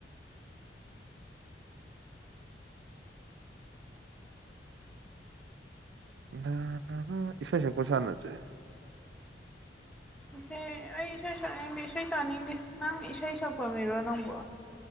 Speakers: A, on the right (about 75°); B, in the centre.
A: ꯅ ꯅ ꯏꯁꯁ ꯄꯣꯁꯥꯅꯆꯦ
B: ꯏꯁꯩ ꯑꯩ ꯏꯁꯩ ꯁꯛꯅꯤꯡꯗꯦ ꯏꯁꯩ ꯇꯥꯅꯤꯡꯗꯦ ꯅꯪ ꯏꯁꯩ ꯁꯛꯄ ꯃꯤꯔꯣ ꯅꯪꯕꯣ